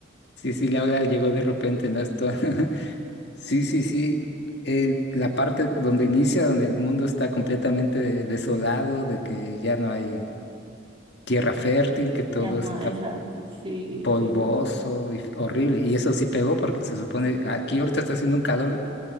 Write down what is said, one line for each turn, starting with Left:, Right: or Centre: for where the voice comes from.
Left: Sí, sí, la ola llegó de repente, ¿no? Esto. <laughs> Sí, sí, sí. eh, la parte donde inicia, donde el mundo está completamente desolado, de que ya no hay tierra fértil, que todo
Right: Ajá,
Left: está
Right: exacto, sí,
Left: polvoso
Right: sí, sí, eso.
Left: y horrible. Y eso sí pegó porque se supone, aquí ahorita está haciendo un calor